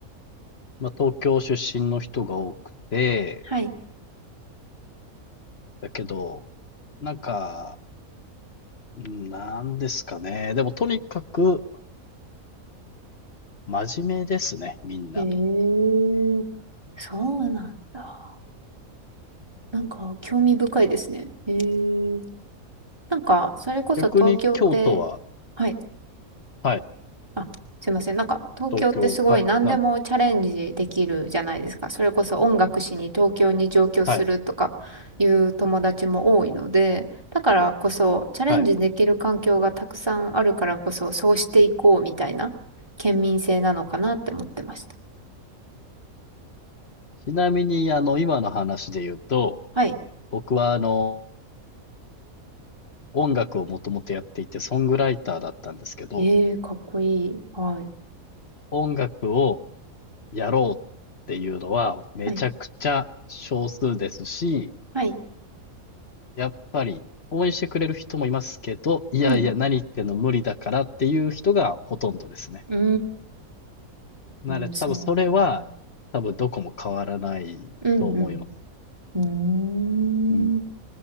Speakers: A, on the left; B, on the right.
A: まあ、東京出身の人が多くて、
B: はい。
A: だけど、なんか、うんなんですかね。でも、とにかく、真面目ですね、みんな。
B: へえ。そうなんだ。なんか、興味深いですね。へえ。なんか、それこそ東京って、
A: 逆に京都は、
B: はい。
A: はい、
B: あ、すいません。なんか、東京ってすごい何でもチャレンジできるじゃないですか。
A: 東京、はい、なんです
B: それこそ音楽しに東京に上京するとかいう友達も多いので、
A: はい。
B: だからこそ、チャレンジできる環境がたくさんあるからこそ、
A: はい。
B: そうしていこうみたいな県民性なのかなって思ってました。
A: ちなみに、あの、今の話で言うと、
B: はい。
A: 僕は、あの、音楽をもともとやっていて、ソングライターだったんですけど、
B: ええかっこいい。はい。
A: 音楽をやろうっていうのは、めちゃくちゃ少数ですし、
B: はい。はい。
A: やっぱり、応援してくれる人もいますけど、いやいや、
B: うん。
A: 何言ってんの無理だからっていう人がほとんどですね。
B: うー
A: なので、
B: ん、そうなんだ。
A: 多分それは、多分どこも変わらないと思います。
B: うん、うん。うーん、
A: うん。